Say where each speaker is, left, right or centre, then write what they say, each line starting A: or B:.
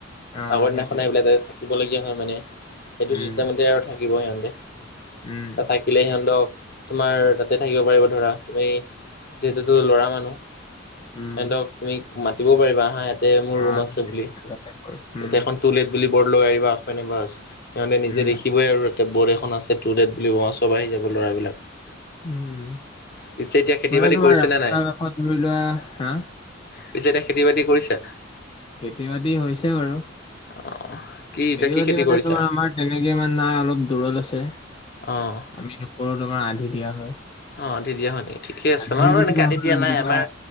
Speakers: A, on the left (about 25°); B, on the left (about 50°).
A: অ,
B: আগৰ
A: সেইটোৱে।
B: দিনাখন আহ পেলাই তাতে থাকিবলগীয়া হয় মানে, সেইটো
A: উম,
B: চিষ্টেমতে আৰু থাকিব সিহঁতে।
A: উম,
B: ত থাক দিলে সিহঁনতক, তোমাৰ তাতে থাকিব পাৰিব ধৰা তুমি যিহেতুতো ল'ৰা মানুহ।
A: উম,
B: সিহনতক তুমি মাতিবও পাৰিবা, আহা ইয়াতে মোৰ
A: অ,
B: ৰুম আছে
A: সেইটোৱে
B: বুলি।
A: তেনেকুৱা টাইপৰ। উম,
B: তাতে এখন টুলেট বুলি বৰ্ড লৈ আহিবা, সিহঁতে নিজে
A: উম,
B: দেখিবই আৰু তাতে বৰ্ড এখন আছে। ষ্টুডেট বুলি কোৱা চব আহি যাব ল'ৰাবিলাক।
A: উম,
B: পিছে এতিয়া খেতি
A: মানে
B: বাতি
A: তোমাৰ
B: কৰিছে
A: ৰাস্তা
B: নে নাই?
A: কাষত ধৰি লোৱা হা?
B: পিছে এতিয়া খেতি বাতি কৰিছা?
A: খেতি বাতি হৈছে বাৰু,
B: অ কি এতিয়া
A: খেতি
B: কি
A: বাতি মানে
B: কৰিছা?
A: তোমাৰ আমাৰ তেনেকে ইমান নাই, অলপ দূৰত আছে।
B: অ'।
A: আমি <unintelligible> তোমাৰ আধি দিয়া হয়।
B: অ', আধি দিয়া হয় নেকি, ঠিকে আছে
A: আধি
B: মই বাৰু
A: বুলি
B: এনেকে
A: নহয়
B: আধি দিয়া
A: আৰু ধৰি
B: নাই
A: লোৱা
B: আমাৰ